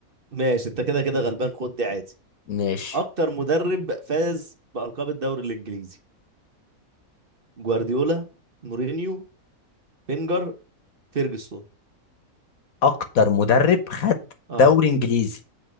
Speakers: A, on the right; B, on the left.
A: ماشي انت كده كده غلبان خد دي عادي
B: ماشي
A: اكتر مدرب فاز بألقاب الدوري الانجليزي جوارديولا مورينيو بينجر فيرجسون
B: اكتر مدرب خد
A: اه
B: دوري انجليزي